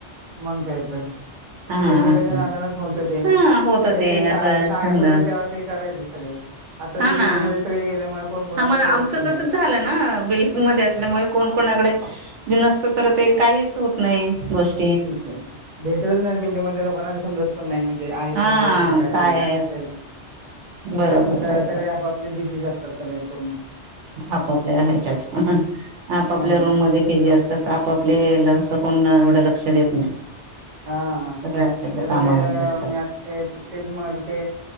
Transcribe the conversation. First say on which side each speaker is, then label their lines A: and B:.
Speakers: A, on the right (about 40°); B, on the right (about 85°).
A: मंग काय तर!
B: हा
A: एकमेकांच्या
B: असं
A: नादानच होतं ते.
B: हा होत
A: म्हणजे ते चा
B: असं
A: चाळीत
B: छंद
A: होते तेव्हा, ते करायचे सगळे. आता
B: हा
A: ते
B: ना
A: बिल्डींगमध्ये सगळे गेल्यामुळे कोण कोणाकडे
B: हा मग, आमचं
A: बघत पण नाही
B: तसंच झालं ना. बिल्डिंगमध्ये असल्यामुळे, कोण, कोणाकडे बिनसत तर ते, काहीच होत नाही गोष्ट.
A: येऊ का? भेटतच नाहीत. बिल्डिंगमधल्या लोकांना कस समजत पण नाही. म्हणजे आहेत
B: हा
A: का, गेलेत बाहेर
B: काय
A: ते.
B: आहे
A: असंय ते.
B: बरोबर
A: कारण स
B: बरोबर
A: सगळे, आपापले बिझीच असतात. सगळे पूर्ण.
B: आपापल्या ह्याच्यात. <unintelligible> आपापल्या
A: हा
B: रूम मध्ये बिझी असतात. त आपापले ल स असं कोण, एवढं लक्ष देत नाही.
A: हा.
B: सगळे आपल्या
A: तर
B: कामामध्ये
A: ते
B: असतात
A: मी आत ते ते तेच मग आता ते,